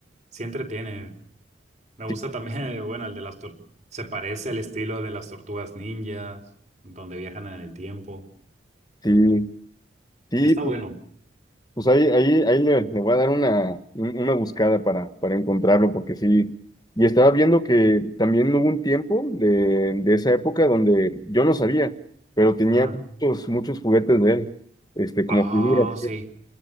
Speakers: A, on the right; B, on the left.
A: sí entretiene. Me gusta
B: sí,
A: también, <laughs> bueno, el de las tor- se parece al estilo de las tortugas ninjas, donde viajan en el tiempo.
B: sí, sí,
A: Está
B: pu-
A: bueno.
B: pues ahí, ahí, ahí le, le voy a dar una, un- una buscada para, para encontrarlo, porque sí. Y estaba viendo que también hubo un tiempo de, de esa época donde yo no sabía, pero tenía
A: Ajá.
B: muchos, muchos juguetes de él, este, como
A: Ah,
B: figuras.
A: sí,